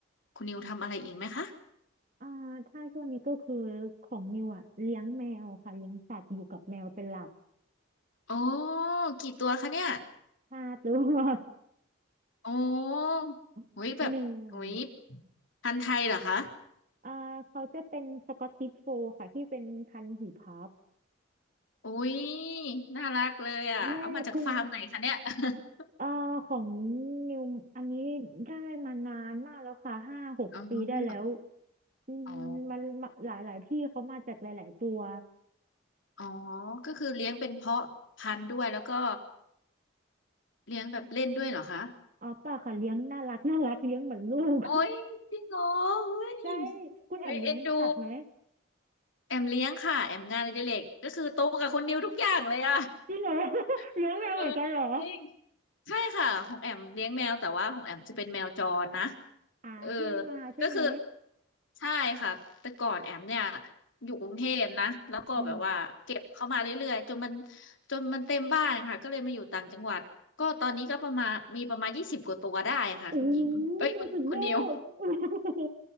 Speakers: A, on the left; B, on the right.
A: คุณนิวทำอะไรอีกไหมคะ
B: อ่าถ้าช่วงนี้ก็คือของนิวอ่ะเลี้ยงแมวค่ะเลี้ยงสัตว์อยู่กับแมวเป็นหลัก
A: โอ้กี่ตัวคะเนี่ย
B: ห้าตัว
A: โอ้โหยแบบโอ้ย
B: <laughs> เหนื่อย
A: พันธุ์ไทยเหรอคะ
B: อ่าเขาจะเป็นสกอตติชโฟลด์ค่ะที่เป็นพันธุ์หูพับ
A: อุ้ยน่ารักเลยอ่ะเอามาจากฟาร์มไหนคะเนี่ย
B: ใช่คุณ
A: <laughs>
B: เอ่าของนิวอันนี้ได้มานานมากแล้วค่ะห้าหกปีได้แล้ว
A: อ๋อ
B: อืมมันมาหลายหลายที่เขามาจากหลายๆตัว
A: อ๋ออ๋อก็คือเลี้ยงเป็นเพาะพันธุ์ด้วยแล้วก็เลี้ยงแบบเล่นด้วยเหรอคะ
B: อ๋อเปล่าค่ะเลี้ยงน่ารักน่ารักเลี้ยงเหมือนลูก
A: โอ้ยจริงเหรอเฮ้ย
B: <laughs> ใช่คุณแอมเลี้ยงสัตว์ไหม
A: เฮ้ยเอ็นดูแอมเลี้ยงค่ะแอมงานอดิเรกก็คือโตกับคนนิวทุกอย่างเลยอ่ะ
B: จริงเหรอ <laughs>
A: <laughs>
B: เลี้ยงแมวเหมือนกันเหรอ
A: เออจริงใช่ค่ะของแอมเลี้ยงแมวแต่ว่าของแอมจะเป็นแมวจรนะ
B: อ่าช่วยมาใช่ไหม
A: เออ ก็คือใช่ค่ะแต่ก่อนแอมเนี่ยอยู่กรุงเทพนะแล้วก็แบบว่าเก็บเข้ามาเรื่อยๆจนมัน
B: อืม
A: จนมันเต็มบ้านค่ะก็เลยมาอยู่ต่างจังหวัดก็ตอนนี้ก็ประมาณมีประมาณยี่สิบกว่าตัวได้ค่ะคุณหญิงเอ้ยคุณคุณนิว
B: โอ้โหสุดยอดโอ้โห